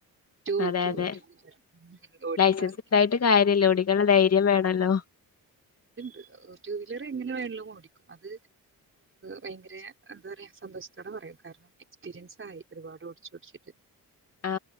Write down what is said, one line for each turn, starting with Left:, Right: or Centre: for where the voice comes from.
Right: ടു
Left: അതെ
Right: ടു
Left: അതെ
Right: ടു വീലർ ഓടിക്കാൻ
Left: ലൈസൻസ് ഉണ്ടായിട്ട് കാര്യല്ല ഓടിക്കാനുള്ള ധൈര്യം വേണല്ലോ
Right: ത്ണ്ട് ടു വീലർ എങ്ങനെ വേണേലും ഓടിക്കും അത് ഭയങ്കര എന്താ പറയാ സപ്പോ <unintelligible> പറയും കാരണം എക്സ്പീരിയൻസ് ആയി ഒരുപാട് ഓടിച്ചിട്ടോടിച്ചിട്ട്
Left: ആ